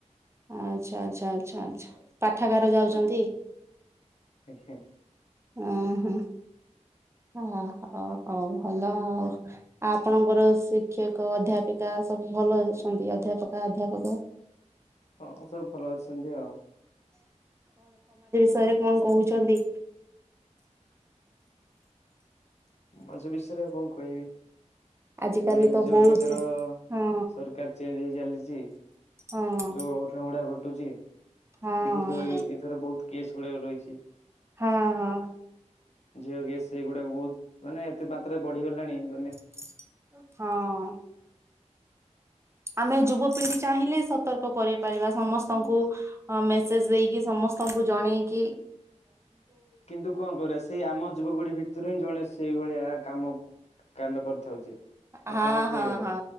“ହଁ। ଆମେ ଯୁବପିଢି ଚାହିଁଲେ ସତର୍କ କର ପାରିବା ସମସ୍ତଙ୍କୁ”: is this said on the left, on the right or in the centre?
Right